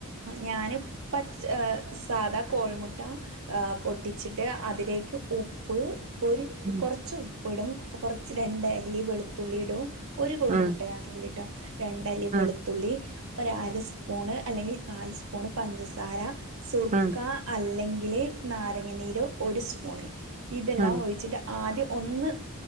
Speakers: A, on the right; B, on the right.
A: ഞാന് പച്ച സാദാ കോഴി മുട്ട ആഹ് പൊട്ടിച്ചിട്ട് അതിലേക്ക് ഉപ്പ് ഒരു
B: ഉം
A: കൊറച്ച് ഉ പ്പിടും കൊറച്ച് രണ്ടല്ലി വെളുത്തുള്ളിടും ഒരു കോഴി
B: ഉം
A: മുട്ട ആണേല്ട്ടൊ രണ്ടല്ലി വെളുത്തുള്ളി
B: ഉം
A: ഒരു അര സ്പൂണ് അല്ലങ്കിൽ നാല് സ്പൂൺ പഞ്ചസാര സുർക്ക
B: ഉം
A: അല്ലക് ല് നാരങ്ങ നീര് ഒരു സ്പൂൺ ഇതെല്ലാം
B: ഉം
A: ഒഴിച്ചിട്ട് ആദ്യം ഒന്ന്